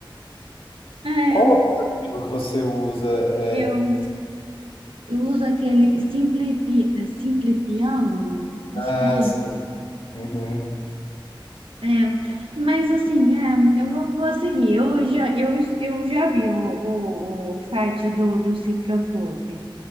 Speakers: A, on the right; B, on the left.
A: É,
B: Qual o aplicativo que você usa? É...
A: eu, eu uso aquele Simple, Pi- Simple Piano, acho
B: Ah,
A: que é.
B: sim. Uhum.
A: É, mas assim, é, eu vou, vou seguir. Eu já, eu, eu já vi o, o, o site do, do Cifra Club.